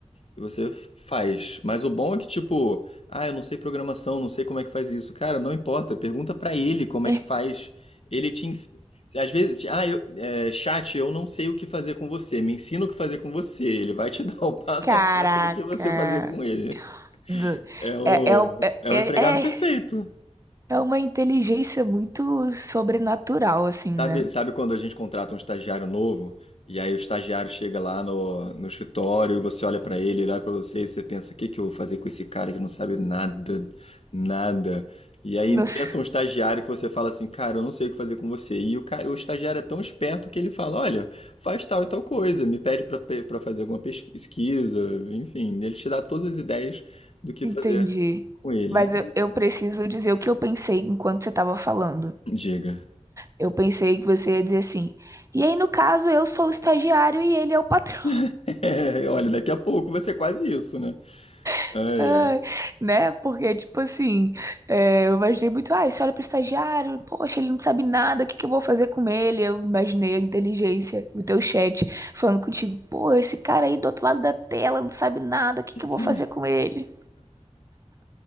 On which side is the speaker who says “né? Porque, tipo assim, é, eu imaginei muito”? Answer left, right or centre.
Right